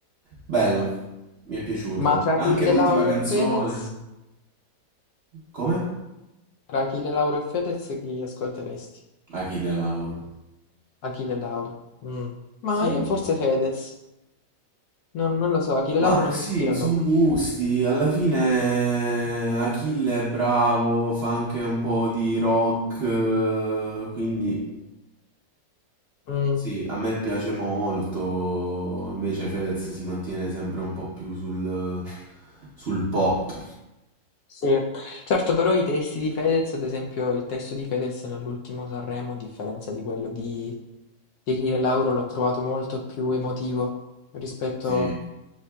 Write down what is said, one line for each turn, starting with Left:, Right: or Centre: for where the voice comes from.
Right: bello, mi è piaciuto.
Left: Ma tra Achille
Right: Anche l'ultima
Left: Lauro
Right: canzone,
Left: e Fedez,
Right: come?
Left: tra Achille Lauro e Fedez chi ascolteresti?
Right: Achille Lauro,
Left: Achille Lauro. Mm. Ma
Right: sì.
Left: io forse Fedez. Non, non lo so, Achille
Right: Ma
Left: Lauro non
Right: sì,
Left: mi ispira
Right: sono
Left: troppo.
Right: gusti. Alla fine eh, Achille è bravo, fa anche un po' di rock, eh, quindi
Left: Mm,
Right: sì, a me piace molto. Invece Fedez si mantiene sempre un po' più sul, sul pop.
Left: sì, certo, però i testi di Fedez, ad esempio, il testo di Fedez nell'ultimo Sanremo, a differenza di quello di, di Achille Lauro, l'ho trovato molto più emotivo rispetto
Right: Sì.